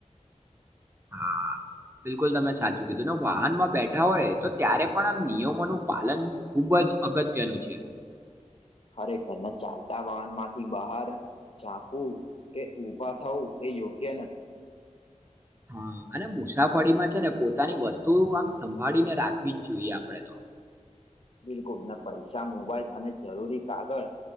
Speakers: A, on the right; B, on the left.
A: હા. બિલકુલ તમે સાચું કીધું, ને વાહનમાં બેઠા હોય તો ત્યારે પણ આમ નિયમોનું પાલન ખુબ ખૂબ જ અગત્યનું છે.
B: ખરેખર, ને ચાલતા વાહન માંથી બહાર ચાકવું કે ઉભા થવું એ યોગ્ય નથી.
A: હા. અને મુસાફરીમાં છે ને પોતાની વસ્તુ આમ સંભાળીને રાખવી જ જોઈએ આપણે તો.
B: બિલકુલ, ને પૈસા, મોબાઈલ અને જરૂરી કાગળ